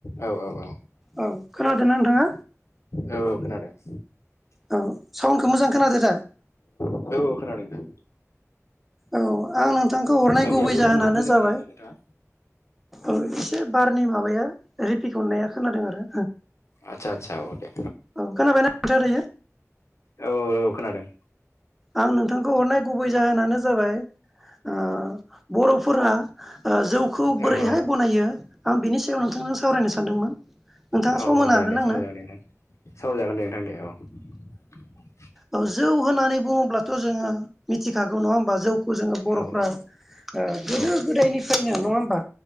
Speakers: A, on the left (about 60°); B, in the centre.
A: औ औ औ।
B: औ खोनादोंना नोंथाङा?
A: औ <inaudible>
B: औ साउन्डखौ मोजां खोनादो दा?
A: औ खोनादों खोनादों।
B: औ आं नोंथांखौ हरनाय
A: आंनियाबो
B: गुबै जाहोनानो
A: आंनियाबो मोजां
B: जाबाय
A: खोनादोंना नोंथाङा?
B: औ एसे बारनि माबाया रिपिकननाया खोनादों आरो।
A: आदसा आदसा औ दे
B: औ खोनाबायना नोंथाङा दायो
A: औ औ औ औ खोनादों।
B: आं नोंथांखौ हरनाय गुबै जाहोनानो जाबाय ओ बर'फोरा जौखौ बोरैहाय
A: औ औ
B: बनायो आं बिनि सायाव नोंथां सावरायनो सानदोंमोन नोंथाङा
A: औ
B: सम
A: औ
B: होनो
A: दे
B: हागोन
A: दे सावरायजागोन
B: आंनो?
A: दे नोंथां सावरायजागोन दे नोंथां दे औ।
B: औ जौ होननानै बुङोब्लाथ' जोङो मिथिखागौ नङा होमबा जौ। खौ जोङो बर'फ्रा
A: औ
B: ओ
A: औ
B: गोदो गोदायनिफ्रायनो नङा होमबा?